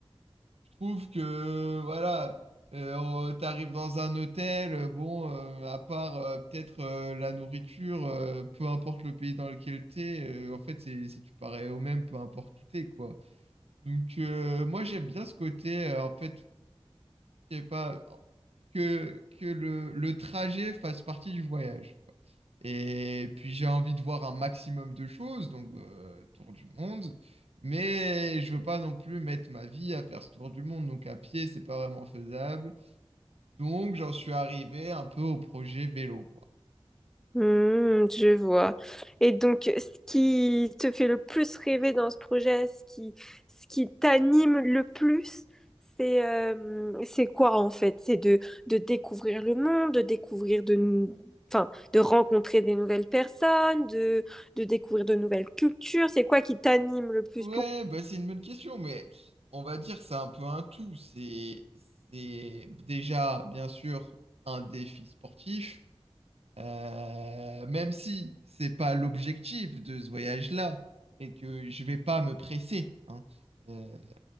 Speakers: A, on the right; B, in the centre.
A: Je trouve que voilà, euh, on- t'arrives dans un hôtel, euh, bon, euh, à part euh, peut-être euh, la nourriture, euh, peu importe le pays dans lequel t'es, euh, en fait c'est c'est du pareil au même, peu importe où t'es quoi. Donc euh, moi j'aime bien ce côté euh, en fait je sais pas, que, que le, le trajet fasse partie du voyage. quoi. Et puis j'ai envie de voir un maximum de choses, donc euh, tour du monde, mais je veux pas non plus mettre ma vie à faire ce tour du monde, donc à pied, c'est pas vraiment faisable. Donc j'en suis arrivé un peu au projet vélo, quoi.
B: Hmm, je vois. Et donc, ce qui te fait le plus rêver dans ce projet, ce qui, ce qui t'anime le plus, c'est euh, c'est quoi en fait? C'est de, de découvrir le monde, de découvrir de, nou- enfin, de rencontrer des nouvelles personnes, de, de découvrir de nouvelles cultures. C'est quoi qui t'anime le plus
A: Ouais,
B: pour...
A: bah c'est une bonne question, mais on va dire c'est un peu un tout. C'est c'est déjà bien sûr un défi sportif. Euh, même si c'est pas l'objectif de ce voyage-là et que je vais pas me presser, hein. Euh,